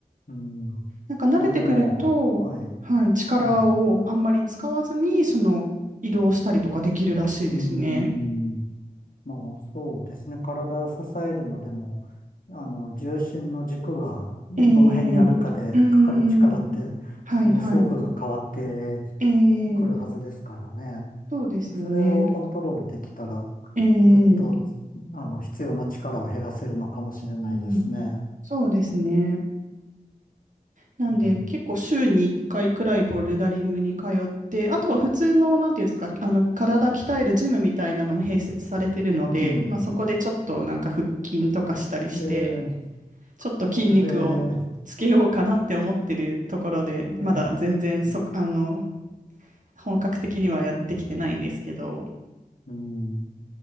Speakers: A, on the left; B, on the right.
A: うん。
B: なんか慣れてくると、
A: まあでも、はい、
B: はい、力をあんまり使わずに、
A: はい、
B: その移動したりとかできるらしいですね。
A: うん。まあ、そうですね。体を支えるのでも、あの、重心の軸がどの辺にあるかで、
B: ええ、うーん、
A: かかる力って、
B: はいはい。
A: ものすごく変わって
B: ええ、
A: くるはずですからね。
B: そうですよね。
A: それをコントロールできたら、
B: ええ、
A: ぐっと、あの、必要な力を減らせるのかもしれないですね。
B: うん、そうですね。なんで結構週に1回くらいボルダリングに通って、
A: うん。
B: あとは普通の、なんていうんですか、あの体鍛えるジムみたいなのも併設されてるので、
A: うん。
B: まあ、そこでちょっとなんか腹筋とかしたりして、
A: えー、
B: ちょっと筋肉をつけようかなって思ってるところで、
A: どうえーえ
B: まだ全然そ、あの、本格的にはやってきてないんですけど。
A: ーうん。